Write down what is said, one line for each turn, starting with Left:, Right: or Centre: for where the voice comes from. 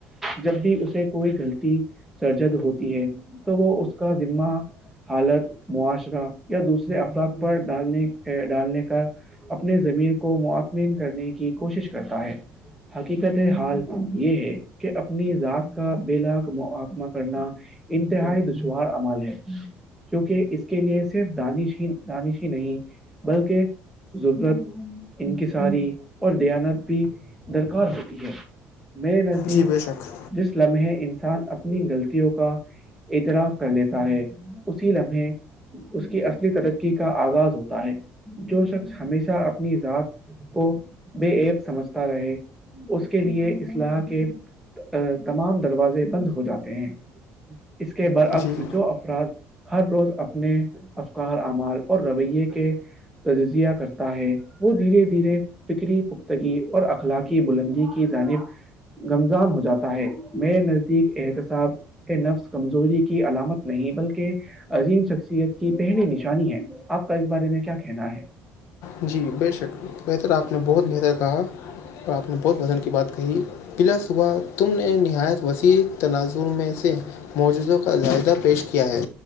Centre: جب بھی اسے کوئی غلطی سرجد ہوتی ہے تو وہ اس کا ذمہ حالت معاشرہ یا دوسرے افراد پر ڈالنے ڈالنے کا اپنے زمیر کو مطمین کرنے کی کوشش کرتا ہے حقیقت حال یہ ہے کہ اپنی ذات کا بلاگ محکمہ کرنا انتہائی دشوار امال ہے کیونکہ اس کے لیے صرف دانش ہی دانش ہی نہیں بلکہ ضرورت ان کے ساری اور دیانت بھی درکار ہوتی ہے میرے نزدیک
Left: جی بے شک
Centre: جس لمحے انسان اپنی غلطوں کا اعتراف کر لیتا ہے اسی لمحے اس کی اصلی ترقی کا آغاز ہوتا ہے جو شخص ہمیشہ اپنی ذات کو بےع سمجھتا رہے اس کے لیے اسلاح کے تمام دروازے بند ہو جاتے ہیں اس کے برعکس
Left: جی
Centre: جو افراد ہر روز اپنے افکار اعمال اور رویے کے تجزیہ کرتا ہے وہ دھیرے دھیرے فکری پختگی اور اخلاقی بلندی کی جانب گمزان ہو جاتا ہے میرے نزدیک احتسااب کہ نفس کمزوری کی علامت نہیں بلکہ عظیم شخصیت کی پہلی نشانی ہے آپ کا اس بارے میں کیا کہنا ہے
Left: جی بے شک بہتر آپ نے بہت بہتر کہا اور آپ نے بہت وزن کی بات کہی بلا صبح تم نے نہایت وسیع تناظر میں سے موجزوں کا جائدہ پیش کیا ہے